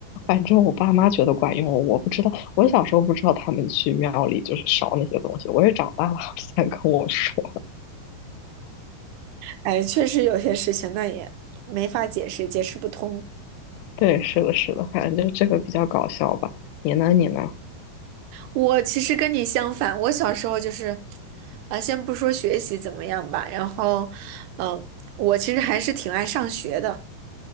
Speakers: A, on the left; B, on the right.
A: 反正我爸妈觉得管用，我不知道。我小时候不知道他们去庙里就是烧那些东西，我是长大了他们才跟我说。
B: 哎，确实有些事情那也没法解释，解释不通。
A: 对，是的，是的，反正就这个比较搞笑吧。你呢？你呢？
B: 我其实跟你相反，我小时候就是，啊、先不说学习怎么样吧，然后，嗯、我其实还是挺爱上学的。